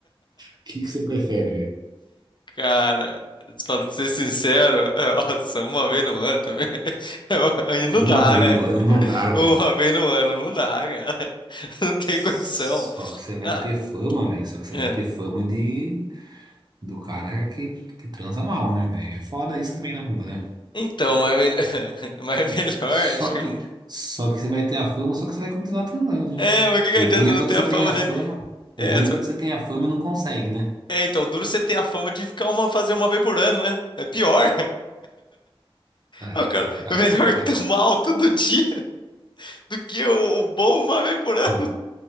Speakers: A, on the right; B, on the left.
A: O que que você prefere, velho?
B: Cara, pra ser sincero, <laughs> é, nossa, uma vez no ano também. <laughs> Aí não
A: Uma
B: dá,
A: vez
B: né?
A: no ano não dá, velho.
B: Uma vez no ano não dá, cara. <laughs> Não tem
A: Só
B: condição.
A: que você vai
B: Ah,
A: ter fama, velho. Só que você
B: é.
A: vai ter fama de do cara que, que transa mal, né, velho? É foda isso também na rua, né?
B: Então, mas, melhor, <laughs> mas melhor,
A: Só
B: acho que.
A: que, só que você vai ter a fama, só que você vai continuar transando, né?
B: É, mas o que que
A: O
B: adianta
A: ruim é
B: não
A: quando
B: ter
A: você
B: a
A: tem
B: fama
A: a
B: de.
A: fama, o
B: É,
A: ruim é quando você tem a fama e não consegue, né?
B: É, então, duro você ter a fama de ficar uma, fazer uma vez por ano, né? É pior. <laughs>
A: A,
B: O cara,
A: a,
B: é
A: a,
B: melhor <laughs>
A: a,
B: ter mal todo dia do que o, o bom uma vez por ano.
A: ó,
B: <laughs>